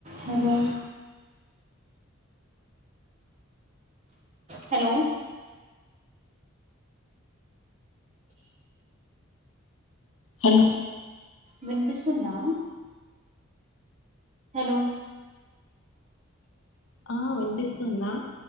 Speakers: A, on the right (about 30°); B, on the left (about 70°).
A: Hello hello
B: hello
A: వినిపిస్తుందా hello
B: ఆ వినిపిస్తుందా